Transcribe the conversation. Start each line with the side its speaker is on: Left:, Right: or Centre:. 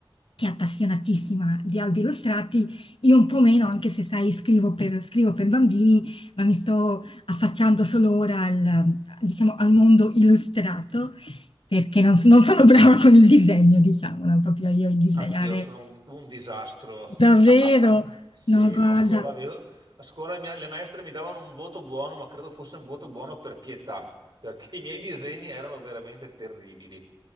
Left: che è appassionatissima di albi illustrati, io un po' meno, anche se sai, scrivo per, scrivo per bambini, ma mi sto affacciando solo ora al, diciamo, al mondo illustrato, perché non, s- non sono <laughs> brava con il disegno, diciamo, non proprio io il disegnare
Right: anch'io sono un, un disastro.
Left: davvero.
Right: <laughs> Sì,
Left: No, guarda,
Right: no, a scuola, avevo- a scuola mia- le maestre mi davano un voto buono, ma credo fosse un voto buono per pietà, perché i miei disegni erano veramente terribili.